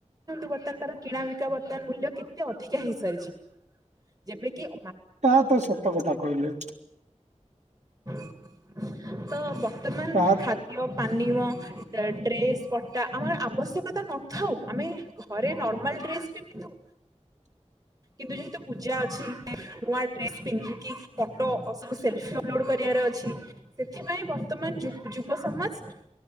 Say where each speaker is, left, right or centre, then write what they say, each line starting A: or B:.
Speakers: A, on the right; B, on the right.
A: ବତ୍ତ ତର କିଣା ବିକା ବର୍ତ୍ତମାନ ମୂଲ୍ୟ କେତେ ଅଧିକା ହେଇସାରିଛି ଯେମ କିି
B: ତା ତ ସତ କଥା କହିଲେ।
A: <inaudible> ତ ବର୍ତ୍ତମାନ
B: ତାହା
A: ଖାଦ୍ୟ ପାନୀୟ ଡ୍ରେସ୍ ପଟା ଆମର ଆବଶ୍ୟକତା ନଥାଉ ଆମେ ଘରେ ନର୍ମାଲ ଡ୍ରେସ ବି ବିିନ୍ଧୁ କିନ୍ତୁ ଯେହେତୁ ପୂଜା ଅଛି ନୂଆ ଡ୍ରେସ ପିନ୍ଧିକି ଫଟୋ ସବୁ ସେଲଫି ଅପଲୋଡ କରିବା ଅଛି ସେଥିପାଇଁ ବର୍ତ୍ତମାନ ଯୁବ ସମାଜ